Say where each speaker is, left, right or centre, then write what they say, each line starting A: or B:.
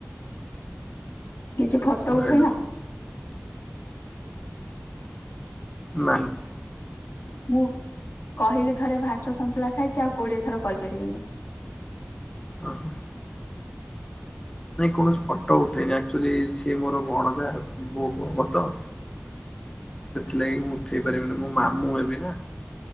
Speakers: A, on the left; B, on the left.
A: କିଛି ଫଟୋ ଉଠେଇ
B: ଖାଇଲ
A: ନ?
B: ନାଁ <unintelligible>
A: ମୁଁ କହିଲି ଥରେ ଭାତ ସନ୍ତୁଳା ଖାଇଛି ଆଉ କୋଡିଏ ଥର କହିପାରିବିନି।
B: ଓ ହୋ। ନାଇଁ କୌଣସି ଫଟୋ ଉଠେଇନି ଆକ୍ଚୁଆଲି ସିଏ ମୋର ଭଣଜା ବୋହୂ ହବ ତ ସେଥିଲାଗି ମୁଁ ଉଠେଇ ପାରିବିନି ମୁଁ ମାମୁଁ ହେବି ନା।